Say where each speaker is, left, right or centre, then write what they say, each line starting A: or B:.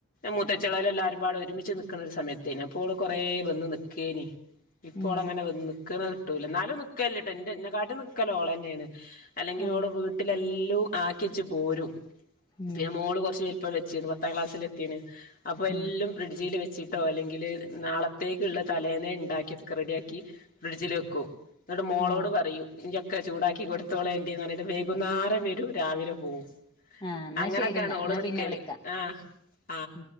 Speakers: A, on the left (about 40°); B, on the left (about 20°).
A: മൂത്തച്ചികള് എല്ലാവാരും പാട് ഒരുമിച്ച് നൽക്കുന്ന ഒരു സമയത്തെ ഓള് കുറേ വന്ന് നിക്കേ നി ഇപ്പോ
B: ഉം
A: അവള് അങ്ങനെ വന്ന് നിക്കണ കിട്ടൂല എന്നാലും നിൽക്കല്ലട്ടേ എന്റെ എന്നെ കാട്ടിൽ നിക്കല് ഓള്ന്നെയാണ് തന്നെയാണ്. അല്ലെങ്കി
B: ആഹ്
A: ഓള് വീട്ടിലെലു ആക്കി വെച്ച് പോരും
B: ഉം
A: പിന്നെ മോള് കുറച്ച് കഴി ഇപ്പം വെചീന് പത്താം ക്ലാസ്സിൽ എത്തിണ് അപ്പൊ എലും
B: ഉം
A: ഫ്രിഡ്ജിൽ വെച്ചി ട്ടോ അല്ലെങ്കിൽ നാളത്തേക്ക് ഉള്ള തലേന്നേ ഉണ്ടാക്കി ക്കെ റെഡിയാക്കി ഫ്രിഡ്ജിൽ വെക്കും. എന്നട്ട് മോളോട്
B: ആഹ്
A: പറയും ഇനിക്കെ ചൂടാക്കി കൊടു മൂത്തോള എണ്ടീന്ന് പറഞ്ഞട്ട് വൈകുന്നേരം വെരും ന രാവിലെ പോക്കും.
B: ആഹ് എന്നാ
A: അങ്ങനൊക്കെയാണ്
B: ശരി എന്നാ
A: ഓള്
B: എന്നാ
A: നിക്കല്
B: പിന്നെ വിളിക്കാം
A: അ്ഹ.
B: ഉം